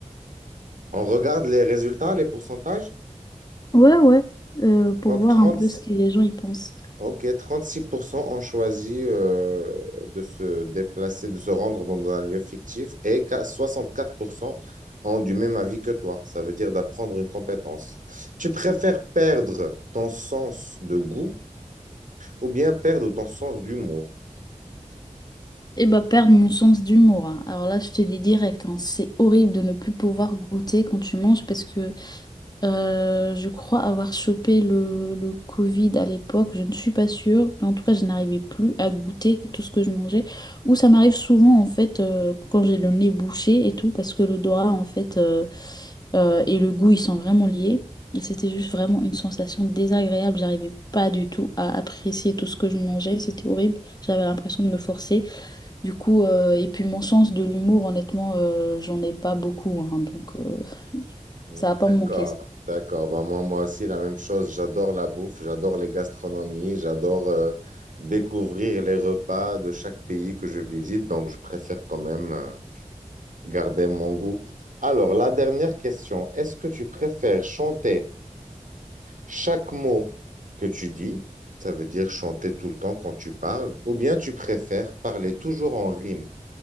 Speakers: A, on the right; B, on the left.
A: On regarde les résultats, les pourcentages.
B: Ouais, ouais, euh, pour
A: Donc
B: voir
A: 30.
B: un peu ce que les gens y pensent.
A: Ok, 36% ont choisi euh, de se déplacer, de se rendre dans un lieu fictif et qu'à 64% ont du même avis que toi. Ça veut dire d'apprendre une compétence. Tu préfères perdre ton sens de goût ou bien perdre ton sens d'humour?
B: Et bah, perdre mon sens d'humour. hein. Alors là, je te dis direct, hein, c'est horrible de ne plus pouvoir goûter quand tu manges parce que Euh, je crois avoir chopé le, le Covid à l'époque, je ne suis pas sûre, mais en tout cas, je n'arrivais plus à goûter tout ce que je mangeais. Ou ça m'arrive souvent, en fait, euh, quand j'ai le nez bouché et tout, parce que l'odorat, en fait, euh, euh, et le goût, ils sont vraiment liés. Et c'était juste vraiment une sensation désagréable, j'arrivais pas du tout à apprécier tout ce que je mangeais, c'était horrible, j'avais l'impression de me forcer. Du coup, euh, et puis mon sens de l'humour, honnêtement, euh, j'en ai pas beaucoup, hein, donc euh,
A: Hmm,
B: ça va pas
A: D'accord,
B: me manquer.
A: d'accord. Bah, moi, moi aussi, la même chose. J'adore la bouffe, j'adore les gastronomies, j'adore euh, découvrir les repas de chaque pays que je visite. Donc, je préfère quand même. euh, garder mon goût. Alors, la dernière question, est-ce que tu préfères chanter chaque mot que tu dis, ça veut dire chanter tout le temps quand tu parles, ou bien tu préfères parler toujours en rime,